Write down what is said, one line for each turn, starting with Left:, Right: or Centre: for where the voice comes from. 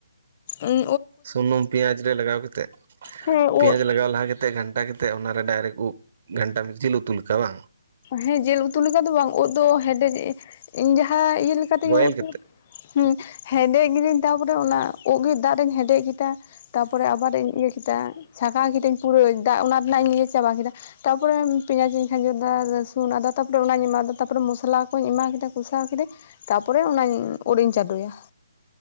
Left: ᱩᱱᱼᱼ
Right: ᱥᱩᱱᱩᱢ ᱯᱮᱭᱟᱡ ᱨᱮ ᱞᱟᱜᱟᱣ ᱠᱟᱛᱮᱫ
Left: ᱦᱮᱸ ᱩᱫ
Right: ᱯᱮᱭᱟᱡ ᱞᱟᱜᱟᱣ ᱞᱟᱦᱟ ᱼᱼ ᱠᱟᱛᱮ ᱜᱷᱟᱱᱴᱟ ᱠᱟᱛᱮᱫ ᱚᱱᱟᱨᱮ ᱰᱟᱭᱨᱮᱠᱴ ᱩᱫ ᱜᱷᱟᱱᱴᱟ ᱡᱤᱞ ᱩᱛᱩ ᱞᱮᱠᱟ ᱵᱟᱝ?
Left: ᱦᱮᱸ ᱡᱤᱞ ᱩᱛᱩ ᱞᱮᱠᱟ ᱫᱚ ᱵᱟᱝ ᱳᱫ ᱫᱚ ᱦᱮᱰᱮᱡ ᱤᱧ ᱡᱟᱦᱟᱸ ᱤᱭᱟᱹ ᱞᱮᱠᱟ ᱛᱮᱧ
Right: ᱵᱚᱭᱮᱞ
Left: ᱩᱛᱩᱼᱼ
Right: ᱠᱟᱛᱮᱫ
Left: ᱦᱩᱸ ᱦᱮᱰᱮᱡ ᱠᱤᱫᱤᱧ ᱛᱟᱯᱚᱨᱮ ᱚᱱᱟ ᱳᱜ ᱜᱮ ᱫᱟᱜ ᱨᱤᱧ ᱦᱮᱰᱮᱡ ᱠᱮᱫᱟ ᱛᱟᱨᱯᱚᱨᱮ ᱟᱵᱟᱨ ᱤᱧᱼᱼ ᱤᱭᱟᱹ ᱠᱮᱫᱟ ᱪᱷᱟᱠᱟᱣ ᱠᱤᱫᱟᱹᱧ ᱯᱩᱨᱟᱹ ᱫᱟᱜ ᱚᱱᱟ ᱨᱮᱱᱟᱜ ᱤᱧ ᱤᱭᱟᱹ ᱪᱟᱵᱟ ᱠᱮᱫᱟ ᱛᱟᱯᱚᱨᱮ ᱯᱮᱸᱭᱟᱡᱤᱧ ᱠᱷᱟᱡᱚᱼᱼ ᱟᱫᱟ ᱨᱟᱹᱥᱩᱱ ᱟᱫᱟ ᱛᱟᱯᱚᱨᱮ ᱚᱱᱟᱧ ᱮᱢᱟᱫᱟ ᱛᱟᱯᱚᱨᱮ ᱢᱚᱥᱞᱟ ᱠᱩᱧ ᱮᱢᱟ ᱠᱮᱫᱟ ᱠᱚᱥᱟᱣ ᱠᱤᱫᱟᱹᱧ᱾ ᱛᱟᱯᱚᱨᱮ ᱚᱱᱟᱧ ᱳᱱ ᱤᱧ ᱪᱟᱰᱳᱭᱟ᱾